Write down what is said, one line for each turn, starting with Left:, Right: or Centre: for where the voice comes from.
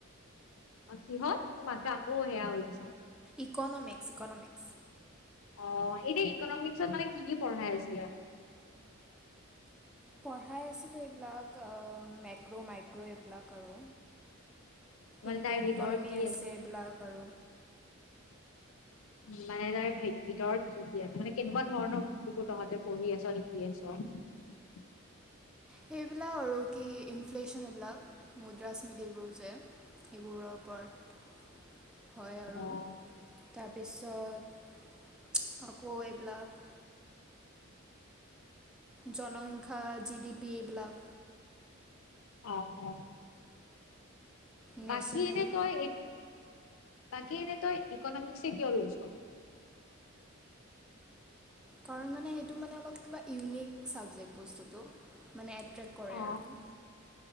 Left: অহ কিহত তোমাৰ মাতটো আকৌ সেয়া হৈ গৈছে।
Centre: Economics economics.
Left: অহ এনেই ইকনমিক্সত মানে কি কি পঢ়াই আছিলে।
Centre: পঢ়াই আছিলে এইবিলাক অহ মেক্ৰ' মাইক্ৰ' এইবিলাক আৰু।
Left: মানে
Centre: ইণ্ডিয়ান
Left: তাইৰ ভিতৰত
Centre: ইকনমি
Left: কি
Centre: আছে এইবিলাক আৰু।
Left: উম মানে তাইৰ ভি ভিতৰত কি কি আছে মানে কেনেকুৱা ধৰণৰ বস্তুবোৰ তহঁতে পঢ়ি আছ শিকি আছ। <inaudible>
Centre: সেইবিলাক আৰু কি ইনফ্লেশ্যন এইবিলাক মুদ্ৰা স্মৃতিবোৰ যে। সেইবোৰৰ ওপৰত। হয় আৰু
Left: অহ
Centre: তাৰপিছত আকৌ এইবিলাক, জনসংখ্যা জি ডি পি এইবিলাক,
Left: অ-অ
Centre: নেশ্যনেল
Left: বাকী এনে তই তাকে এনে তই ইকনমিক্সে কিয় লৈচ।
Centre: কাৰণ মানে সেইটো মানে অলপ কিবা ইউনিক চাবজেক্ট বস্তুটো মানে। ট্ৰেক কৰে
Left: অ
Centre: আৰু।